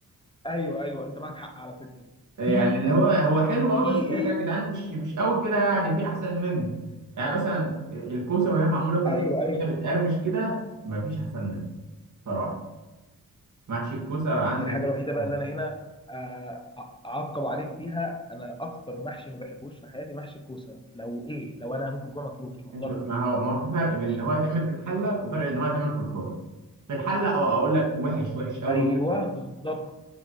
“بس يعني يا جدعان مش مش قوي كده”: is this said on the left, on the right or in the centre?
Right